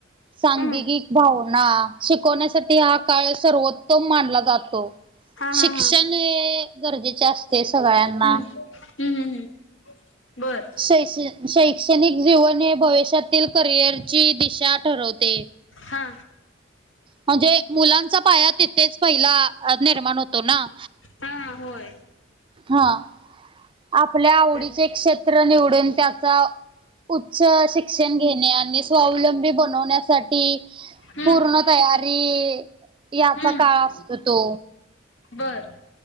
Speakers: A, on the right; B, on the left.
A: सांगिकिक
B: हम्म
A: भाव ना शिकवण्यासाठी हा काळ सर्वोत्तम मानला जातो.
B: हा
A: शिक्षण
B: हा हा
A: हे गरजेचे असते सगळ्यांना.
B: हम्म हम्म हम्म बरं.
A: शै शैक्षणिक जीवन हे भविष्यातील करिअरची दिशा ठरवते.
B: हा.
A: म्हणजे मुलांचा पाया तिथेच पहिला निर्माण हो तो ना
B: हा हा होय
A: हा. आपल्या आवडीचे
B: हम्म
A: क्षेत्र निवडून त्याचा उच्च शि क्षण घेणे आणि स्वावलंबी बनवण्यासाठी
B: हम्म
A: पूर्ण तयारी याचा
B: हम्म
A: काळ असत तो.
B: बर.